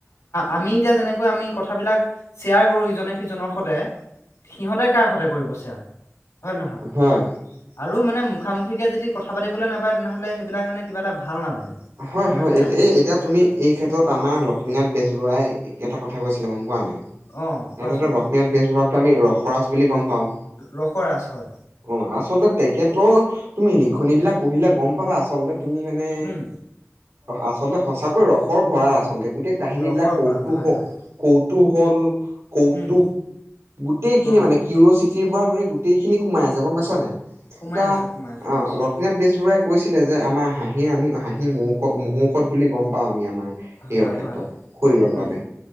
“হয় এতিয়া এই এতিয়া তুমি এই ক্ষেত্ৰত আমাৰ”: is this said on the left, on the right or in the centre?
Right